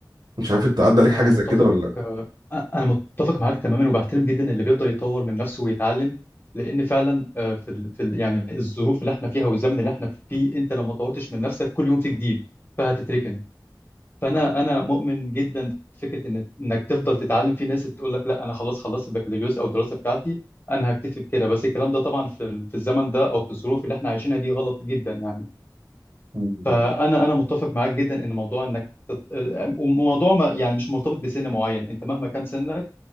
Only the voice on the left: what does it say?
انا
متفق
أ- انا متفق معاك تماما وبحترم جدا اللي بيقدر يطور من نفسه ويتعلم لان فعلا آه، في ال... في ال... يعني الظروف اللي احنا فيها والزمن اللي احنا فيه انت لو ما طورتش من نفسك كل يوم في جديد فهتتركن فانا انا مؤمن جدا بفكره ان انك تفضل تتعلم في ناس تقول لك لا انا خلاص خلصت البكالوريوس او الدراسه بتاعتي انا هكتفي بكده بس الكلام ده طبعا في ال- في الزمن ده او في الظروف اللي احنا عايشينها دي غلط جدا يعني
فانا انا متفق معاك جدا ان موضوع انك تت... وموضوع ما يعني مش مرتبط بسن معين انت مهما كان سنك